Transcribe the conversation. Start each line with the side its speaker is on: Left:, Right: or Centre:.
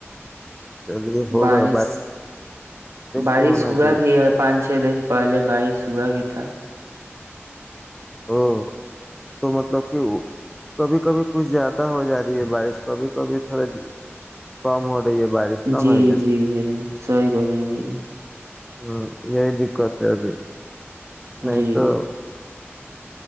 Centre: چلیے ہوگا
Right: بارش بارش
Centre: تو ہونا
Right: ہوا
Centre: چاہیے
Right: بھی ہے پانچ چھ دن پہلے بارش ہوا بھی <unintelligible>
Centre: ا تو مطلب کہ کبھی کبھی کچھ زیادہ ہو جا رہی ہے بارش کبھی کبھی تھوڑا کم ہو رہی ہے بارش نہ
Right: جی
Centre: بھائی جان
Right: جی بھ جان سی بول رہے ہیں بھ جان
Centre: ہاں یہی دقت ہے ابھی نہیں
Right: جی
Centre: تو